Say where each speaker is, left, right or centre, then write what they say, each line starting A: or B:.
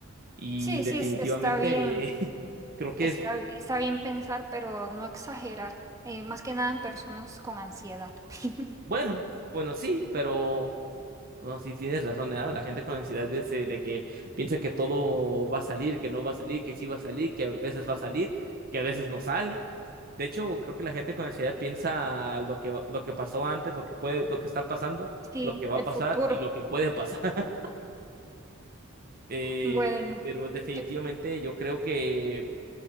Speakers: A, on the right; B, on the right.
A: y
B: sí,
A: definitivamente
B: sí, es- está bien,
A: <laughs> creo que
B: está,
A: es
B: bi- está bien pensar, pero no exagerar, eh, más que nada en personas con ansiedad. <laughs>
A: bueno, bueno, sí, pero... No, sí, tienes razón, ¿eh? La gente con ansiedad de, ese- de que piensa que todo va a salir, que no va a salir, que sí va a salir, que a veces va a salir, que a veces no sale. De hecho, creo que la gente con ansiedad piensa lo que, va- lo que pasó antes, lo que puede, lo que está pasando,
B: Sí,
A: lo que va
B: el
A: a pasar
B: futuro.
A: y lo que puede pasar. <laughs> Eh,
B: Bueno,
A: pero definitivamente
B: yo,
A: yo creo que